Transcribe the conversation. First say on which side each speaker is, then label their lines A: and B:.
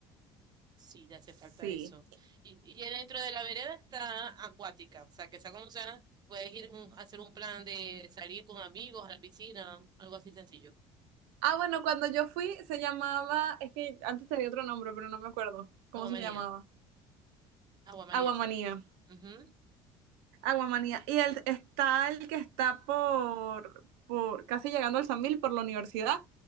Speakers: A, on the right (about 35°); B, on the right (about 85°).
A: Sí, ya hace
B: sí.
A: falta eso. Y, y dentro de la vereda está acuática, o sea, que sea como sea, puedes ir a hacer un plan de salir con amigos a la piscina, algo así sencillo.
B: Ah, bueno, cuando yo fui se llamaba, es que antes tenía otro nombre, pero no me acuerdo cómo
A: Aguamanía,
B: se llamaba.
A: aguamanía
B: Aguamanía.
A: se llama. Ujú,
B: Aguamanía. Y el, está el que está por, por casi llegando al San Mil, por la universidad,